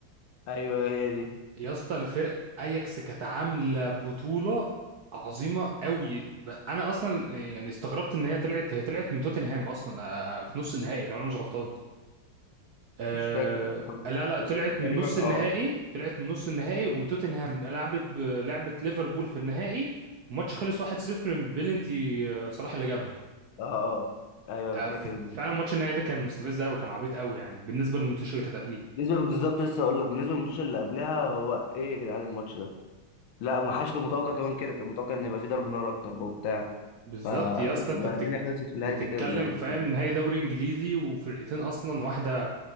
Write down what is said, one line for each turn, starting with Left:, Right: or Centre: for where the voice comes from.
Left: ايوه هي دي
Right: يا اسطى الفرق أياكس كانت عاملة بطولة عظيمة قوي ب- أنا أصلا آه، يعني استغربت إن هي طلعت هي طلعت من توتنهام أصلا آه، في نص النهائي لو أنا مش غلطان أه
Left: مش فاكر
Right: لا لا
Left: بس
Right: طلعت
Left: تقريبا
Right: من نص النهائي
Left: اه
Right: طلعت من نص النهائي وتوتنهام لعبت ب- لعبت ليفربول في النهائي الماتش خلص 1-0 بلنتي آه، صلاح اللي جابها
Left: اه اه ايوه
Right: آه،
Left: انا فاكر
Right: ف-
Left: دي
Right: فعلا ماتش النهائي ده كان مستفز قوي كان عبيط قوي يعني بالنسبه للماتش اللي كانت قبليه
Left: بالنسبه بالظبط لسه اقول لك بالنسبه للماتش اللي قبلها هو ايه يا جدعان الماتش ده لا ما حدش كان متوقع كمان كده كان متوقع ان يبقى فيه ضرب نار اكتر بقى وبتاع
Right: بالظبط
Left: فالدنيا
Right: يا اسطى انت بتك...
Left: خلصت في
Right: بتتكلم
Left: الهادي دي كده
Right: فاهم نهائي دوري انجليزي وفرقتين اصلا واحده